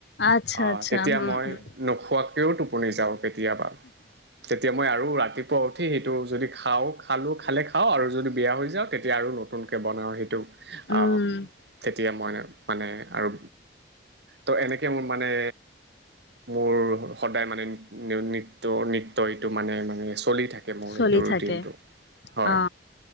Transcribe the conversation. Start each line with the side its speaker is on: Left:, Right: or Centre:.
Left: আচ্ছা
Right: আহ
Left: আচ্ছা
Right: তেতিয়া
Left: হুম
Right: মই
Left: হুম
Right: নোখোৱাকেও টোপনি যাও কেতিয়াবা, কে তিয়া মই আৰু ৰাতিপুৱা উঠি সেইটো যদি খাওঁ, খালোঁ খালে খাওঁ আৰু যদি বেয়া হৈ যাওঁ তেতিয়া আৰু ন তুনকে বনাওঁ সেইটো
Left: উম।
Right: আম তেতিয়া মই মানে আৰু ত এনেকে মোৰ মানে মোৰ স সদায় মানে নি নি নিত্য নিত্য এইটো মানে মানে চ চলি থাকে মোৰ
Left: চলি
Right: এইটো ৰুটিনটো
Left: থাকে
Right: হয়।
Left: অ।